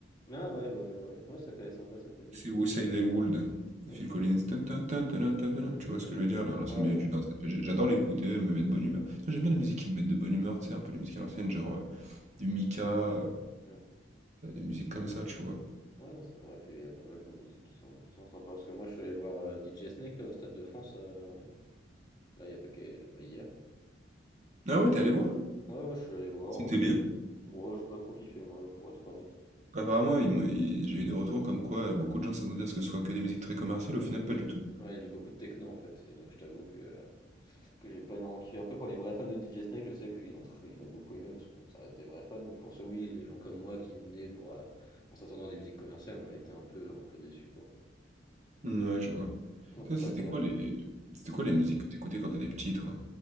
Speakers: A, on the left (about 20°); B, on the right (about 40°).
A: Ah ouais, ouais, je vois, aller. Ouais, ça calait sympa, cette musique.
B: C'est Westside Elwood,
A: Ok.
B: Phil Collins. Tan, tan, tan, tan, tan, tan. Tu vois
A: Ouais,
B: ce que je veux dire là, l'ancienne
A: ouais,
B: musique
A: je...
B: du dance RPG. J'adore l'écouter, elle me met de bonne humeur. Non, J'aime
A: Ok.
B: bien les musiques qui me mettent de bonne humeur, tu sais, un peu les musiques à l'ancienne, genre euh, du Mika, euh,
A: Ouais.
B: des musiques comme ça, tu vois.
A: Ouais, non, c'est vrai qu'il y a pas mal de musiques qui sont, qui sont sympas. Parce que moi, je suis allé voir euh, DJ Snake là, au Stade de France, euh, là, il y a pas qu'à- bah, hier.
B: Ah ouais, t'es allé voir?
A: Ouais, ouais, je suis allé voir.
B: C'était
A: euh,
B: bien.
A: j'ai- bon, ouais, j'ai pas trop kiffé, moi, pour être honnête.
B: Apparemment, il m'a- il- j'ai eu des retours comme quoi euh, beaucoup de gens s'attendaient à ce que ce soit que des musiques très commerciales,
A: Mm,
B: au final,
A: il
B: pas du
A: a...
B: tout.
A: ouais, il a mis beaucoup de techno, en fait. Et donc, je t'avoue que, que j'ai pas énormément kiffé. Après, pour les vrais fans de DJ Snake, je sais qu'ils ont, tr- ils ont beaucoup aimé, parce que bon, ça reste des vrais fans. Mais pour ceux, oui, les gens comme moi qui venaient pour, euh, en s'attendant à des musiques commerciales, on a été un peu, un peu déçus, quoi.
B: Ouais, je vois.
A: En
B: Toi,
A: plus,
B: c'était
A: après, la...
B: quoi les... C'était
A: Mm.
B: quoi les musiques que t'écoutais quand t'étais petit, toi?